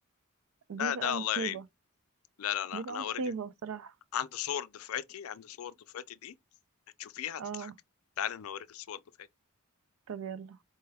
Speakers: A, on the right (about 70°); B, on the left (about 75°).
A: دي
B: لا
A: بقى
B: ده
A: مصيبة
B: الله يعين لا لا لا
A: دي بقى
B: انا
A: مصيبة
B: اوريك
A: بصراحة
B: عندي صور دفعتي عندي صور دفعتي دي هتشوفيها
A: اه
B: هتضحك تعال انا اوريك الصور دفعتي
A: طب يلا